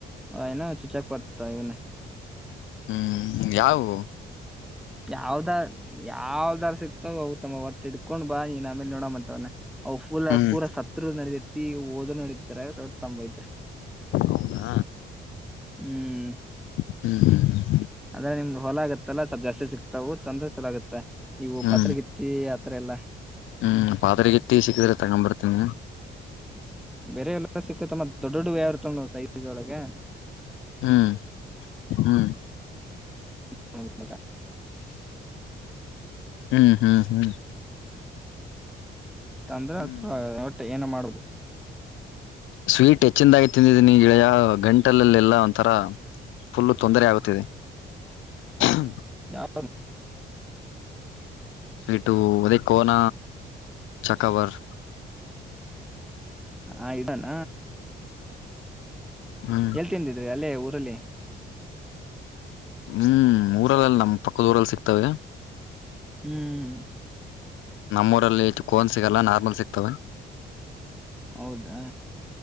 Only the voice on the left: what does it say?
ಹ್ಮ್ ಯಾವ
ಹ್ಮ್
ಹೌದಾ
ಹ್ಮ ಹಾ ಹ
ಹ್ಮ್
ಹ್ಮ್ ಪಾತ್ರೆಗೆ ಎತ್ತಿ ಸಿಕ್ಕಿದ್ರ ತಗೊಂಬರ್ತನಿ
ಹ್ಮ್ ಹ್ಮ್
ಹ್ಮ್ ಹಾ್ ಹ್ಮ್
ಹ್ಮ್
ಸ್ವೀಟ್ ಹೆಚ್ಚಂದ ಆಾಗಿ ಗೆಳೆಯ ಗಂಟಲ್ಲಲ್ಲಿ ಎಲ್ಲಾ ಒಂಥರ ಫುಲ್ ತೊಂದರೆ ಆಗುತ್ತಿದೆ ್ಮ
ಸಟು ಅದೇ ಕೋನ ಚಕವರ್
ಹ್ಮ್
ಹ್ಮ್ ಊರಲ್ಲಲ್ಲಿ ನಮ್ಮ್ ಪಕ್ಕದ ಊರಲ್ಲಿ ಸಿಕ್ತವೆ
ನಮ್ಮ ಊರಲ್ಲಿ ಹೆು ಕೋನ್ ಸಿಗಲ್ಲ ನಾರ್ಮಲ್ ಸಿಗ್ತವೆ